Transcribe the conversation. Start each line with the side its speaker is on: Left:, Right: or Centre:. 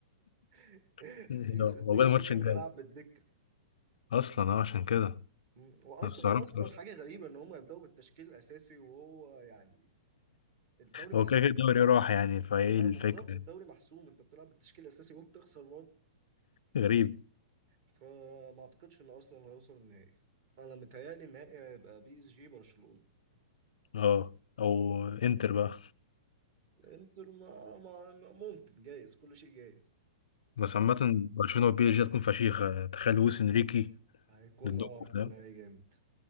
Right: <laughs>
Left: <laughs> هو
Right: البي
Left: ده
Right: إس
Left: هو
Right: البي
Left: بقى
Right: إس جي
Left: الماتش
Right: كان
Left: الجاي
Right: بيلعب بالدكة
Left: اصلا اه عشان كده
Right: مم. وأرسنال
Left: انا استغربت
Right: أصلا
Left: اصلا
Right: حاجة غريبة إن هم يبدأوا بالتشكيل الأساسي وهو يعني الدوري محسوم
Left: هو كده كده الدوري راح يعني فايه
Right: ده
Left: الفكرة
Right: بالظبط الدوري محسوم أنت بتلعب بالتشكيل الأساسي وبتخسر
Left: غريب
Right: فما اعتقدش ان ارسنال هيوصل النهائي انا متهيألي النهائي هيبقى بي اس جي برشلونة
Left: اه او انتر بقى
Right: انتر ما ما ما- ممكن جايز كل شيء جايز
Left: بس عامة برشلونة وبي اس جي هتكون فشيخة تخيل لويس انريكي
Right: هيكون
Left: ضدكوا
Right: اه هيكون
Left: فاهم
Right: نهائي جامد